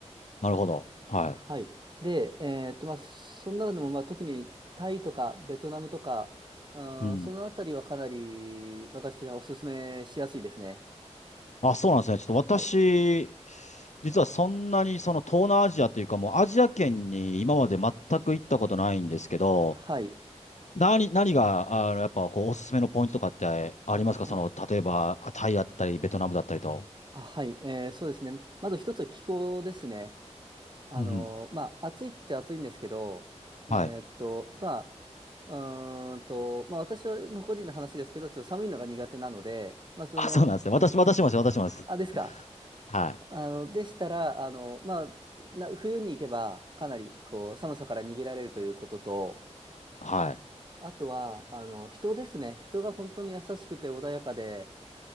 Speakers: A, on the left (about 80°); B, on the right (about 40°).
A: なるほど。はい。
B: はい。で、えっと、まあ、その中でも、まあ、特にタイとかベトナムとか、あーそのあたりはかなり私としてはおすすめしやすいですね。
A: うん。あ、そうなんですね。ちょっと私、
B: はい。
A: 実はそんなにその東南アジアというかもうアジア圏に今まで全く行ったことないんですけど、
B: はい。
A: 何、何が、あの、やっぱ、こう、おすすめのポイントとかってありますかその、
B: あ、
A: 例えば、タイだったり、ベトナムだったりと。
B: あはい。えーそうですね。まず一つは気候ですね。あのーまあ、
A: うんうん。
B: 暑いっちゃ暑いんですけど、
A: はい。
B: えーっと、まあ、うーんと、まあ、私の個人の話ですけど、ちょっと寒いのが苦手なので、まあ、
A: <laughs>
B: その、
A: あ、そうなんですね。私、私もです、私もです。
B: あ、ですか。
A: はい。
B: あの、でしたら、あの、まあ、な、冬に行けば、かなり、こう、寒さから逃げられるということと、
A: はい。
B: あとは、あの、人ですね。人が本当に優しくて穏やかで、